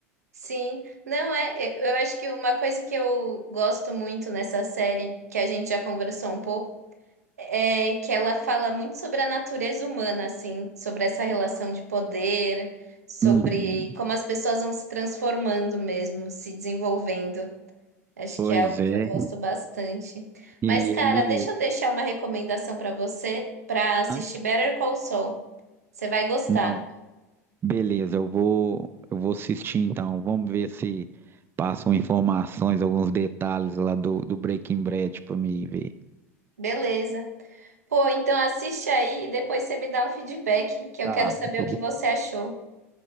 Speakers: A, on the right; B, on the right.
A: Sim, não é. Eu eu acho que uma coisa que eu gosto muito nessa série, que a gente já conversou um pouco, é que ela fala muito sobre a natureza humana, assim, sobre essa relação de poder, sobre
B: Uhum.
A: como as pessoas vão se transformando mesmo, se desenvolvendo. Acho
B: Pois
A: que é algo
B: é.
A: que eu gosto bastante.
B: E
A: Mas, cara,
B: ele,
A: deixa eu deixar uma recomendação para você para assistir
B: hã?
A: Better Call Saul. Você vai gostar.
B: Não, beleza, eu vou, eu vou assistir então. Vamos ver se passam informações, alguns detalhes lá do, do Breaking Bad para me ver.
A: Beleza. Pô, então assiste aí e depois você me dá um feedback, que eu
B: Tá,
A: quero saber
B: eu,
A: o que
B: vou-
A: você achou.